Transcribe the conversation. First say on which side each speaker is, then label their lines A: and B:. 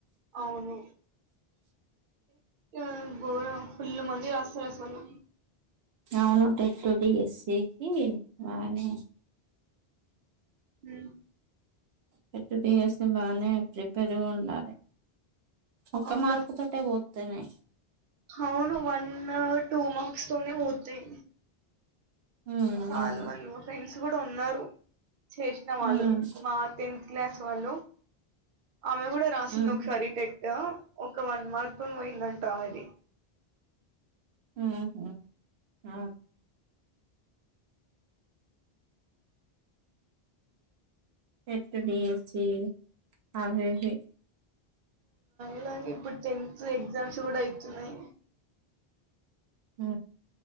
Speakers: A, on the right (about 55°); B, on the right (about 75°).
A: అవును ఆ గోరం ఫుల్లు మంది రాస్తారు అసలు
B: అవును టెట్ డిఎస్సీ కి బానే
A: మ్మ్
B: పెద్దది ఏస్తే బానే ప్రిపేర్ దూండాలి ఒక్క
A: అవును
B: మార్కు తోటే పోతది
A: అవును వన్ టూ మార్క్స్ తోనే పోతాయి
B: ఉమ్
A: సాలు
B: అవును
A: <inaudible> కూడా ఉన్నారు చేసిన వాళ్ళు
B: ఉమ్
A: మా టెన్త్ క్లాస్ వాళ్ళు ఆమె కూడా రాసింది
B: ఉమ్
A: ఒకసారి టె యో ఒక వన్ మార్క్ తోని పోయిందంట ఆమెది
B: ఓహో ఆ పెట్టనియచే అవన్నీ
A: అలాగే ఇప్పుడు టెన్త్ ఎగ్జామ్స్ కూడా అయితున్నాయి
B: హ